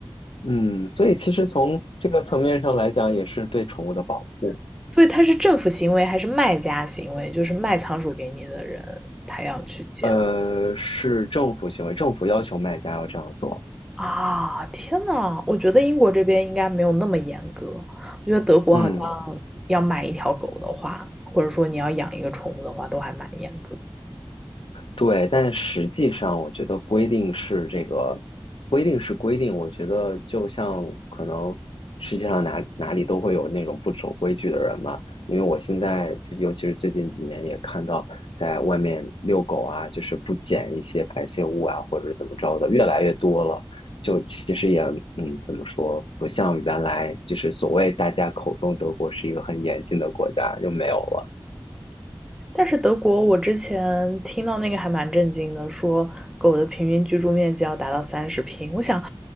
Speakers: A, on the left (about 75°); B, in the centre.
A: 嗯，所以其实从这个层面上来讲，也是对宠物的保护。
B: <laughs> 对，它是政府行为还是卖家行为？就是卖仓鼠给你的人，他要去检
A: 呃，是政府行为，政府要求卖家要这样做。
B: 啊，天呐，我觉得英国这边应该没有那么严格。我觉得德国好像要买一条狗的话，
A: 嗯，
B: 或者说你要养一个宠物的话，都还蛮严格。
A: 对，但是实际上，我觉得规定是这个规定是规定。我觉得就像可能世界上哪哪里都会有那种不守规矩的人嘛。因为我现在就尤其是最近几年也看到，在外面遛狗啊，就是不捡一些排泄物啊，或者是怎么着的，越来越多了。就其实也嗯，怎么说，不像原来就是所谓大家口中德国是一个很严谨的国家，就没有了。
B: 但是德国，我之前听到那个还蛮震惊的，说狗的平均居住面积要达到三十平。我想，